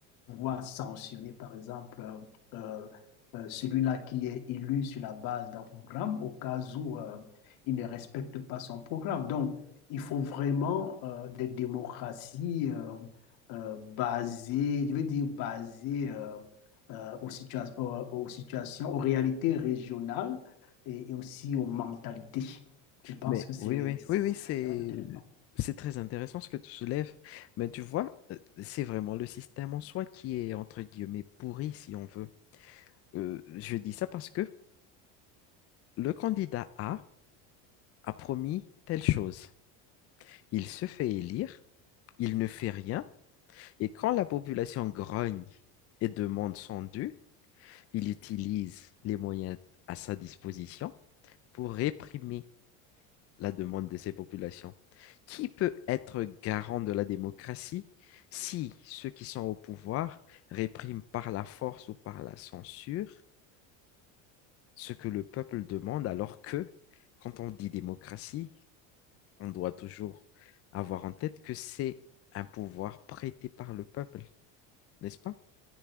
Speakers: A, on the left (about 65°); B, on the left (about 40°).
A: pouvoir sanctionner, par exemple, euh, euh, euh, celui-là qui est élu sur la base d'un programme au cas où euh, il ne respecte pas son programme. Donc, il faut vraiment euh, des démocraties. euh, euh, basé, je veux dire basé euh, euh, aux, situa- aux, aux situations, aux réalités régionales et, et aussi aux mentalités. Je pense
B: Mais
A: que c'est
B: oui, oui,
A: Oui,
B: oui, oui,
A: oui,
B: c'est
A: c'est intéressant.
B: c'est très intéressant ce que tu soulèves. Mais tu vois, euh, c'est vraiment le système en soi qui est entre guillemets pourri, si on veut. Euh, je dis ça parce que le candidat A a promis telle chose. Il se fait élire, il ne fait rien, et quand la population grogne et demande son dû, il utilise les moyens à sa disposition pour réprimer la demande de ces populations. Qui peut être garant de la démocratie si ceux qui sont au pouvoir répriment par la force ou par la censure ce que le peuple demande alors que quand on dit démocratie, on doit toujours avoir en tête que c'est un pouvoir prêté par le peuple, n'est-ce pas?